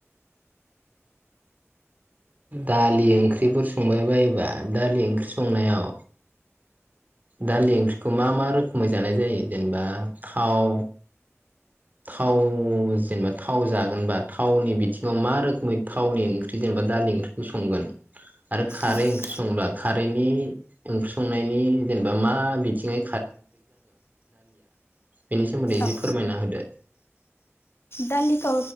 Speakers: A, on the right; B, on the left.
A: दालि ओंख्रिफोर संबाय बायोबा दालि ओंख्रि संनायाव दालि ओंख्रिखौ मा मा रोखोमै जानाय जायो जेनेबा थाव थाव जेनेबा थाव जागोनबा थावनि बिथिङाव मा रोखोमै थावनि ओंख्रि जेनेबा दालि ओंख्रिखौ संगोन आरो खारै
B: औ
A: ओंख्रि संब्ला खारैनि ओंख्रि संनायनि जेनेबा मा बिथिङै बेनि सोमोन्दै एसे
B: औ
A: फोरमायना होदो
B: दालिखौ